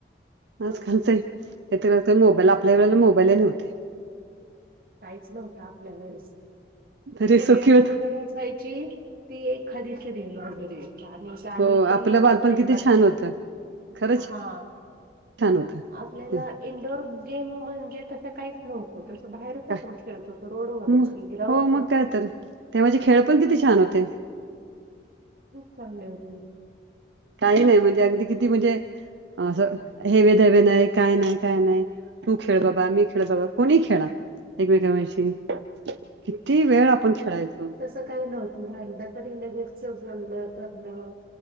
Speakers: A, on the right; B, on the right.
A: हो.
B: आजकालचेेत का मोबाईल आपल्या वेळेला मोबाईल नव्हते
A: टयचस टाप लेवलस
B: तरी
A: सिरियल
B: सुखी होत
A: वगैरे असायची ती एखादी सिरियल वगैरे गाणी
B: हो
A: पण
B: आपलं
A: रविवारची
B: बालपण किती छान होतं खरंच
A: हा
B: छान होतं
A: आपल्याला इंडोअर गेम म्हणजे तसं काही नव्हतो तर बाहेरच
B: काय
A: आपण खेळतो तो रोड वगरच
B: मग
A: की हे राऊड
B: हो मग काय तर ते म्हणजे खेळ पण किती छान होते.
A: खूप चांले होते
B: काही नाही म्हणजे अगदी किती म्हणजे अस हेवे दावे नाही काय नाही काय नाही. तू खेळ बाबा मी खेळ बाबा कोणी खेळा एकमेकांशी किती वेळ आपण खेळायचो
A: का भता तरी लगेच जलं